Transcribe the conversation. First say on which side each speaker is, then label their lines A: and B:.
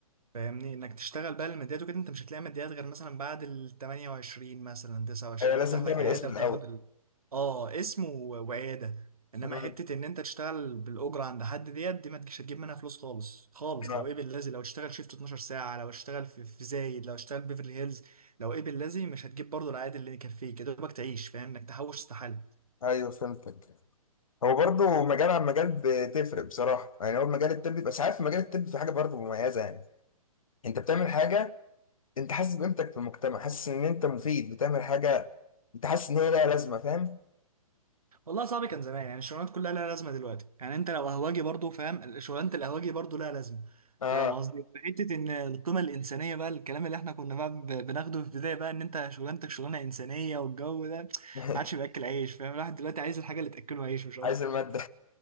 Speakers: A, on the right; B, on the left.
A: فاهمني انك تشتغل بقى الماديات وكده انت مش هتلاقي ماديات غير مثلا بعد ال 28 مثلا 29
B: ايوه لازم
A: لما تفتح لك
B: تعمل
A: عياده
B: اسم
A: وتاخد
B: الاول
A: ال... اه اسم و- وعياده انما
B: مم.
A: حته ان انت تشتغل بالاجره عند حد ديت دي ما تجيش هتجيب منها فلوس خالص خالص
B: اه
A: لو ايه باللذي لو تشتغل شيفت 12 ساعه لو تشتغل في, في زايد لو تشتغل بيفرلي هيلز لو ايه باللذي مش هتجيب برضه العائد اللي يكفيك يا دوبك تعيش فاهم انك تحوش استحاله
B: ايوه فهمتك هو برضو مجال عن مجال بتفرق بصراحه يعني هو مجال الطب بس عارف مجال الطب في حاجه برضو مميزه يعني انت بتعمل حاجه انت حاسس بقيمتك في المجتمع حاسس ان انت مفيد بتعمل حاجه انت حاسس ان هي لها لازمه فاهم
A: والله صعب كان زمان يعني الشغلانات كلها لها لازمه دلوقتي يعني انت لو قهوجي برضو فاهم شغلانه القهوجي برضو لها لازمه
B: اه
A: فاهم قصدي في حته ان القيمه الانسانيه بقى الكلام اللي احنا كنا بقى ب- بناخده في البدايه بقى ان انت شغلانتك شغلانه انسانيه والجو ده ما
B: <laughs>
A: عادش بياكل عيش فاهم الواحد دلوقتي عايز الحاجه اللي تاكله عيش مش اكتر
B: عايز الماده